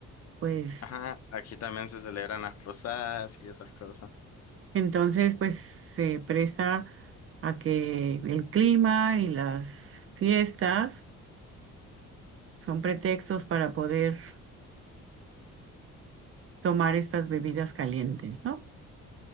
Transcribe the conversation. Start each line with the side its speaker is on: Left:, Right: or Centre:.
Right: pues
Left: Ajá, aquí también se celebran las posadas y esas cosas.
Right: entonces pues se presta a que el clima y las fiestas son pretextos para poder tomar estas bebidas calientes, ¿no?